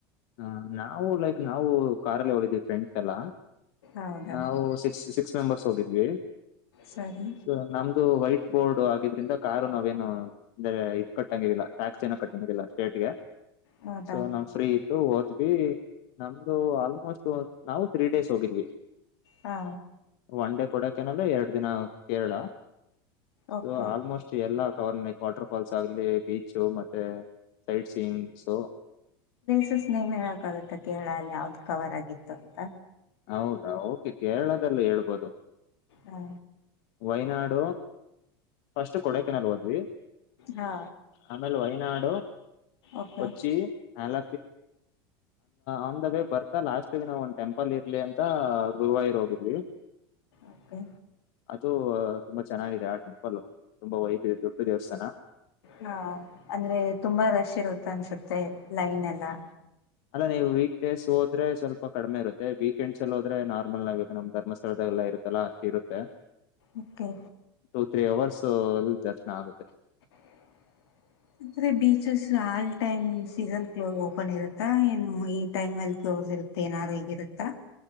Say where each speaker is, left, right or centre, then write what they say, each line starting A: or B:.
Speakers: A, on the left; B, on the left.
A: ಹ ನಾವು ಲೈಕ್ ನಾವು ಕಾರಲ್ಲ ಹೋಗಿದ್ದೀವಿ ಫ್ರೆಂಡ್ಸ್ ಎಲ್ಲ
B: ಹೌದಾ
A: ನಾವು ಸಿಕ್ಸ್ ಸಿಕ್ಸ್ ಮೆಂಬರ್ಸ್ ಹೋಗಿದ್ವಿ
B: ಸರಿ
A: ಸ ನಮ್ದು ವೈಟ್ ಬೋರ್ಡ್ ಆಗಿದ್ರಿಂದ ಕಾರು ನಾವೇನು ಅಂದ್ರೆ ಇದ ಕಟ್ಟಂಗಿಲ್ಲ ಟ್ಯಾಕ್ಸ್ ಏನು ಕಟ್ಟಂಗಿಲ್ಲ ಸ್ಟೇಟ್ಗೆ
B: ಹೌದಾ
A: ಸೊ ನಮ್ ಫ್ರೀ ಇತ್ತು ಹೋದ್ವಿ ನಮ್ದು ಆಲ್ಮೋಸ್ಟ್ ಸೋ ನಾವು ತ್ರೀ ಡೇಸ್ ಹೋಗಿದ್ವಿ
B: ಹಾ
A: ಒನ್ ಡೇ ಕೊಡೆಕೆನಲ್ ಎರಡು ದಿನ ಕೇರಳ
B: ಓಕೆ
A: ಸೊ ಆಲ್ಮೋಸ್ಟ್ ಎಲ್ಲಾ ಕವರ್ನೆಕ್ ವಾಟರ್ ಫಾಲ್ಸ್ ಆಗ್ಲಿ ಬೀಚು ಮತ್ತೆ ಸೈಟ್ ಸೀಯಿಂಗ್ಸು
B: ಕ್ವಿಜ್ ನೇಮ್ ಹೇಳಕಾಗುತ್ತೆ ಕೇರಳಲ್ಲಿ ಯಾವ್ದು ಕವರ್ ಆಗಿತ್ತು ಅಂತ
A: ಹೌದಾ ಓಕೆ ಕೇರಳದಲ್ಲಿ ಹೇಳ್ಬೋದು
B: ಹಾ
A: ವೈನಾಡು ಫಸ್ಟ್ ಕೊಡೆಕೆನಲ್ ಹೋದ್ವಿ
B: ಹಾ
A: ಆಮೇಲೆ ವಯನಾಡು
B: ಓಕೆ
A: ಕೊಚ್ಚಿ ಹಾಲ ಆನ್ ದ ವೇ ಬರ್ತಾ ಲಾಸ್ಟ್ಗೆ ನಾವು ಒಂದ ಟೆಂಪಲ್ ಟೆಂಪಲ್ ಇರ್ಲಿ ಅಂತ ಗುರುವಾಯರ್ ಹೋಗಿದ್ವಿ
B: ಓಕೆ
A: ಅದು ತುಂಬಾ ಚೆನ್ನಾಗಿದೆ ಆ ಟೆಂಪಲ್ ತುಂಬಾ ವೈಫಿದೆ ದೊಡ್ ದೇವಸ್ಥಾನ
B: ಹಾ ಅಂದ್ರೆ ತುಂಬಾ ರಶ್ ಇರುತ್ತ ಅನ್ಸುತ್ತೆ ಲೈನ್ ಎಲ್ಲಾ
A: ಅಲ್ಲ ನೀವು ವೀಕ್ಡೇಸ್ ಹೋದ್ರೆ ಸ್ವಲ್ಪ ಕಡಿಮೆ ಇರುತ್ತೆ ವೀಕೆಂಡ್ಸ್ ಅಲ್ಲಿ ಹೋದ್ರೆ ನಾರ್ಮಲ್ ಆಗುತ್ತೆ ನಮ ಧರ್ಮಸ್ಥಳದ ಲ್ಲ ಇರುತ್ತಲ್ಲ ಅಷ್ಟು ಇರುತ್ತೆ
B: ಓಕೆ
A: ಟೂ ತ್ರೀ ಅವರ್ಸ್ ದರ್ಶನ ಆಗುತ್ತೆ
B: <unintelligible> ಆದೆ beaches all time season ಕ್ಲೋ open ಇರುತ್ತಾ ಏನು ಈ ಟೈಮ್ ಅಲ್ಲಿ ಕ್ಲೋಸ್ ಇರತ ಏನರ್ ಹೇಗಿರುತ್ತಾ